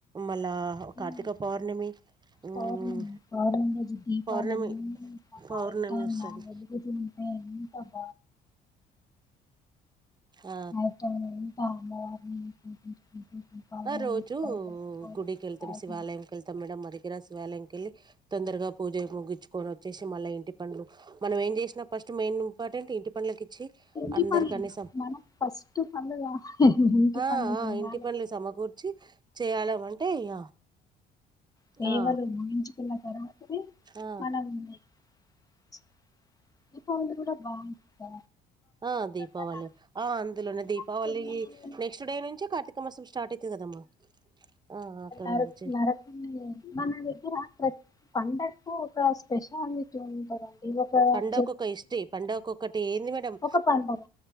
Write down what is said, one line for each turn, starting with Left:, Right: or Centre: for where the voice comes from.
Right: మళ్ళా కార్తీక
Left: మ్మ్
Right: పౌర్ణమి మ్మ్
Left: పౌర్ణమి పౌర్ణమి రోజు దీపాలన్నీ
Right: పౌర్ణమి పౌర్ణమి
Left: <unintelligible>
Right: వస్తది
Left: వెలుగుతుంటె ఎన్ అబ
Right: ఆ
Left: అయితే అంతా అమ్మవారిని పూజించుకుంటూ దీపాలు
Right: ఆ రోజు
Left: ఎంత బయట పెట్టుకోవడం
Right: గుడికి వెళ్తాం
Left: బయట
Right: శివాలయంకిళ్తాం మేడమ్ మా దగ్గర శివాలయంకెళ్ళి తొందరగా పూజ ముగిచు కొని వచ్చేసి మళ్ళ ఇంటి పనులు మనం ఏం చేసినా ఫస్ట్ మెయిన్ ఇంపార్టెంట్ ఇంటి పనులకి ఇచ్చి
Left: ఇంటి
Right: అందరికీ
Left: పనులు
Right: అన్ని సం
Left: మనం ఫస్ట్ పనులు చెయ్యలే ఇంటి
Right: ఆ!
Left: పనులు
Right: ఆ!
Left: చెయ్య
Right: ఇంటి పనులు సమకూర్చి చెయ్యడమంటే ఇగ
Left: సేవలు
Right: ఆ!
Left: ముగించుకున్న తర్వాతనే
Right: ఆ!
Left: మన <unintelligible> దీపావళి కూడా బాగుంటుంది
Right: ఆ! దీపావళి.
Left: కదా
Right: ఆ! అందులోనే దీపావళి
Left: ఆహ్
Right: నెక్స్ట్ డే నుంచే కార్తీక మాసం స్టార్ట్ అయితది కదమ్మా. ఆ! అక్కడి
Left: <unintelligible>
Right: నుంచి.
Left: పండక్కు ఒక స్పెషాలిటి <unintelligible>
Right: పండగకోక్క హిస్టరీ పండుగక్కటి ఏంది మేడం
Left: ఒక పండగ